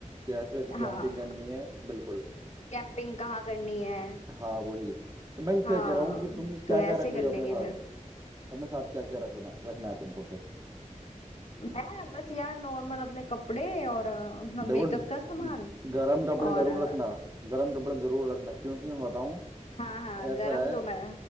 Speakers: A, on the right; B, on the left.
A: कैसे कैंपिंग
B: हाँ
A: करनी है बिल्कुल
B: कैंपिंग कहाँ करनी है
A: हाँ वही तो मैं क्या
B: हाँ
A: कह रहा हूँ कि तुम क्या
B: तो ऐसे
A: क्या रख रही
B: कर
A: हो
B: लेंगे
A: अपने साथ
B: फिर
A: अपने साथ क्या क्या रखना रखना है तुमको फिर
B: मैं बस यार नॉर्मल अपने कपड़े और हाँ,
A: देखो
B: मेकअप का सामान
A: गर्म कपड़े
B: और
A: जरूर
B: अ,
A: रखना गर्म कपड़े जरूर रखना क्योंकि मैं बताऊँ
B: हाँ हाँ
A: ऐसा
B: गरम
A: है
B: तो मैं